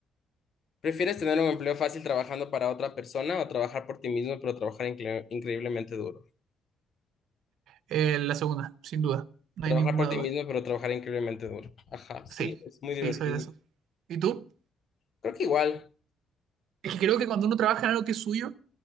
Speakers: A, on the left (about 55°); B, on the right (about 80°).
A: ¿Prefieres tener un empleo fácil trabajando para otra persona o trabajar por ti mismo, pero trabajar incre- increíblemente duro?
B: Eh, la segunda, sin duda. No
A: Trabajar
B: hay ninguna
A: por ti
B: duda.
A: mismo, pero trabajar increíblemente duro. Ajá, sí,
B: Sí,
A: es muy
B: sí,
A: divertido.
B: soy de eso. ¿Y tú?
A: Creo que igual.
B: Es que creo que cuando uno trabaja en algo que es suyo,